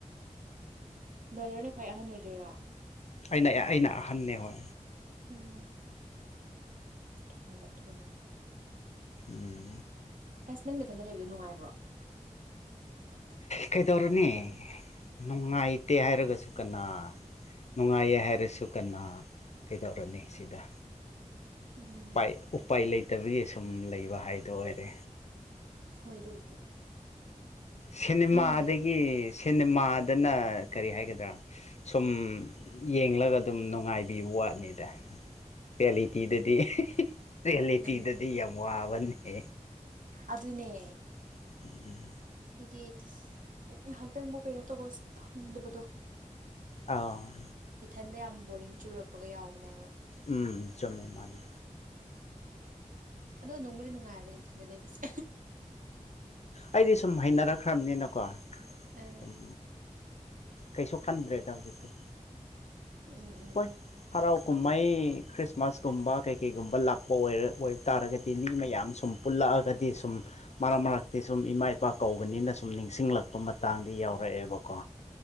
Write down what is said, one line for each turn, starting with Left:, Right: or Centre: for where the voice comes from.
Right: ꯕ꯭ꯔꯗꯔꯅ ꯈ꯭ꯋꯥꯏ ꯑꯍꯟ ꯑꯣꯏꯗꯣꯏꯔꯣ
Left: ꯑꯩꯅ ꯑꯩꯅ ꯑꯍꯟꯅꯦ ꯍꯣꯏ
Right: ꯑꯣ ꯊꯣꯡꯗ ꯊꯣꯡꯗ
Left: ꯎꯝ
Right: ꯑꯁ ꯅꯪ ꯅꯊꯟꯗ ꯂꯩꯕꯗꯣ ꯅꯨꯡꯉꯥꯏꯕ꯭ꯔꯣ ꯃꯊꯛꯇ ꯃꯊꯛꯇ
Left: ꯀꯩꯗꯧꯔꯅꯤ
Right: ꯅꯀꯣꯛ ꯃꯌꯥꯗ
Left: ꯅꯨꯡꯉꯥꯏꯇꯦ ꯍꯥꯏꯔꯒꯁꯨ ꯀꯅꯥ ꯅꯨꯡꯉꯥꯏꯌꯦ ꯍꯥꯏꯔꯁꯨ ꯀꯟꯅꯥ ꯀꯩꯗꯧꯔꯨꯅꯤ ꯁꯤꯗ
Right: ꯎꯝ
Left: ꯎꯄꯥꯏ ꯎꯄꯥꯏ ꯂꯩꯇꯕꯒꯤ ꯁꯨꯝ ꯂꯩꯕ ꯍꯥꯏꯗꯣ ꯑꯣꯏꯔꯦ
Right: ꯍꯣꯏ ꯑꯗꯨꯕꯨꯗꯤ
Left: ꯁꯦꯅꯦꯃꯥꯗꯒꯤ
Right: ꯅꯣꯏ
Left: ꯁꯦꯅꯦꯃꯥꯗꯅ ꯀꯔꯤ ꯍꯥꯏꯒꯗ꯭ꯔꯥ ꯁꯨꯝ ꯌꯦꯡꯂꯒ ꯑꯗꯨꯝ ꯅꯨꯡꯉꯥꯏꯕꯤꯕ ꯋꯥꯠꯅꯤꯗ ꯔ‌ꯦꯜꯂꯤꯇꯤꯗꯗꯤ ꯔ‌ꯦꯜꯂꯤꯇꯤꯗꯗꯤ
Right: ꯎꯝ
Left: ꯌꯥꯝ ꯋꯥꯕꯅꯦ
Right: ꯑꯗꯨꯅꯦ
Left: <unintelligible>
Right: ꯍꯥꯏꯗꯤ ꯍꯥꯏꯍꯥꯛꯇꯪꯕꯨꯛ ꯀꯩꯅꯣ ꯇꯧꯕ ꯐꯪꯗꯕꯗꯣ
Left: ꯑꯥ
Right: ꯏꯊꯟꯗ ꯌꯥꯝ ꯕꯣꯔꯤꯡ ꯆꯨꯔꯛꯄꯒ ꯌꯥꯎꯕꯅꯦꯕ
Left: ꯎꯝ ꯆꯨꯝꯃꯦ ꯃꯥꯅꯦ
Right: ꯑꯗꯣ ꯅꯨꯡꯕꯨꯗꯤ ꯅꯨꯡꯉꯥꯏꯕꯅꯦ ꯏꯊꯟꯗ ꯂꯩꯕꯁꯦ
Left: ꯑꯩꯗꯤ ꯁꯨꯝ ꯍꯩꯅꯔꯛꯈ꯭ꯔꯕꯅꯤꯅꯀꯣ
Right: ꯑ
Left: ꯁꯨꯝ ꯀꯩꯁꯨ ꯈꯟꯗ꯭ꯔꯦꯗ ꯍꯧꯖꯤꯛꯇꯤ
Right: ꯎꯝ ꯎꯝ
Left: ꯍꯣꯏ
Right: ꯎꯝ
Left: ꯍꯔꯥꯎ ꯀꯨꯝꯍꯩ ꯈ꯭ꯔꯤꯁꯃꯥꯁꯀꯨꯝꯕ ꯀꯩ ꯀꯩꯒꯨꯝꯕ ꯂꯥꯛꯄ ꯑꯣꯏ ꯇꯥꯔꯒꯗꯤ ꯃꯤ ꯃꯌꯥꯝ ꯁꯨꯝ ꯄꯨꯜꯂꯛꯑꯒꯗꯤ ꯁꯨꯝ ꯃꯔꯛ ꯃꯔꯛꯇꯤ ꯁꯨꯝ ꯏꯃꯥ ꯏꯄꯥ ꯀꯧꯕꯅꯤꯅ ꯁꯨꯝ ꯅꯤꯡꯁꯤꯡꯂꯛꯄ ꯃꯇꯥꯡꯗꯤ ꯌꯥꯎꯔꯛꯑꯦꯕꯀꯣ